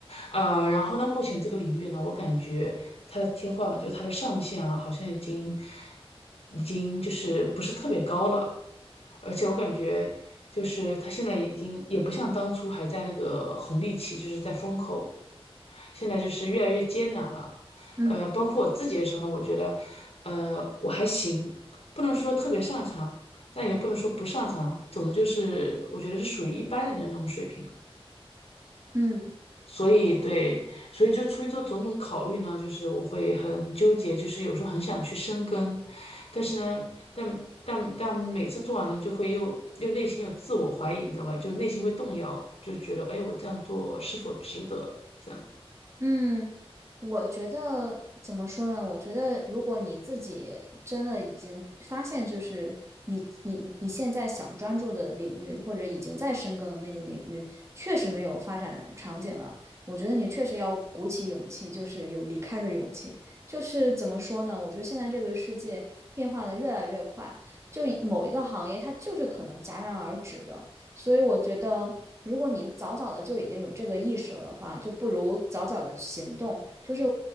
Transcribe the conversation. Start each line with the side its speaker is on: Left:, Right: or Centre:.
Left: 呃，然后呢，目前这个领域呢，我感觉它的天花板，就是它的上限啊，好像已经已经就是不是特别高了。而且我感觉就是他现在已经也不像当初还在那个红利期，就是在风口，现在就是越来越艰难了。
Right: 嗯
Left: 呃，包括我自己的时候呢，我觉得，呃，我还行，不能说特别擅长，但也不能说不擅长，总之就是我觉得是属于一般人的那种水平。
Right: 嗯。
Left: 所以对，所以就出于这种种考虑呢，就是我会很纠结，就是有时候很想去深耕，但是呢，但但但每次做完了就会又又内心有自我怀疑，你知道吧？就内心会动摇，就觉得哎，我这样做是否值得？这样子，
Right: 嗯，我觉得怎么说呢？我觉得如果你自己真的已经发现，就是你你你现在想专注的领域，或者已经在深耕的那个领域，确实没有发展场景了，我觉得你确实要鼓起勇气，就是有离开的勇气。就是怎么说呢？我觉得现在这个世界变化的越来越快，就某一个行业它就是可能戛然而止的，所以我觉得。如果你早早的就已经有这个意识了的话，就不如早早的行动。就是